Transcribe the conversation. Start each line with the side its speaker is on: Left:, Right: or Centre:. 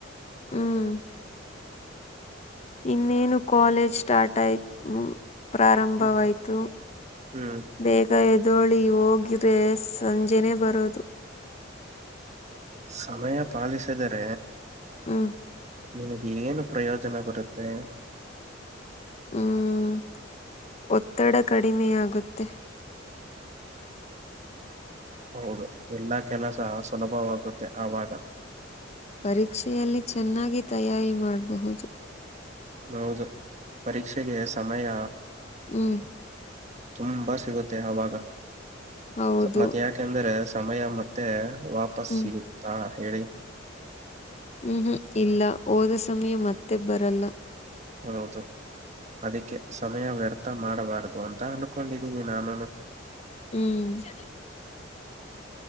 Left: ಹ್ಮ್ ಇನ್ನೇನು ಕೋಲೇಜ್ ಸ್ಟಾರ್ಟ್ ಆಯ್ತು. ಪ್ರಾರಂಭವಾಯ್ತು
Right: ಹ್ಮ್ ಹ್ಮ್
Left: ಬೇಗ ಎ <unintelligible> ದೋಳಿ ಹೋಗ್ರೆ ಸಂಜೆನೇ ಬರೋದು.
Right: ಸಮಯ ಪಾಲಿಸಿದರೆ.
Left: ಹ್ಮ
Right: ನಿನಗ್ ಏನು ಪ್ರಯೋಜನ ಬರುತ್ತೆ.
Left: ಹ್ಮ್ ಒತ್ತಡ ಕಡಿಮೆ ಆಗುತ್ತೆ.
Right: ಹೌದು ಎಲ್ಲಾ ಕೆಲಸ ಸುಲಭವಾಗುತ್ತೆ ಆವಾಗ.
Left: ಪರೀಕ್ಷೆಯಲ್ಲಿ ಚೆನ್ನಾಗಿ ತಯಾರಿ ಮಾಡಬಹುದು.
Right: ಹೌದು ಪರೀಕ್ಷೆಗೆ ಸಮಯ.
Left: ಹ್ಮ್
Right: ತುಂಬಾ ಸಿಗುತ್ತೆ ಅವಾಗ
Left: ಹೌದು
Right: ಮತ್ತೆ ಯಾಕೆಂದ್ರೆ. ಸಮಯ ಮತ್ತೆ ವಾಪಸ್
Left: ಹ್ಮ್
Right: ಸಿಗುತ್ತಾ ಹೇಳಿ.
Left: ಹ್ಮ್ ಹ್ಮ್ ಇಲ್ಲ ಹೋದ ಸಮಯ ಮತ್ತೆ ಬರಲ್ಲ.
Right: ಹೌದು. ಅದಕ್ಕೆ ಸಮಯ ವ್ಯರ್ಥ ಮಾಡಬಾರದು ಅಂತ ಅನ್ಕೊಂಡಿದ್ದೀನಿ ನಾನುನು.
Left: ಹ್ಮ್